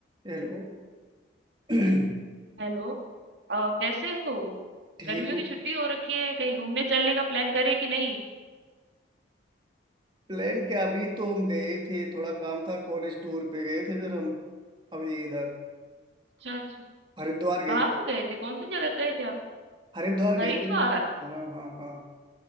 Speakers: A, on the right; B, on the right.
A: Hello <clears throat>
B: Hello अ, कैसे हो
A: ठीक
B: गर्मियों
A: हूँ
B: की छुट्टी हो रखी है कहीं घूमने चलने का प्लान करे कि नहीं
A: Plan क्या अभी तो हम गए ही थे थोड़ा काम था कॉलेज टूर पे गए थे फिर हम अभी इधर
B: अच्छा अच्छा
A: हरिद्वार गए
B: कहाँ
A: थे
B: पर गए थे कौन सी जगह गए थे आप
A: हरिद्वार
B: हरिद्वार
A: गए थे हाँ हाँ हाँ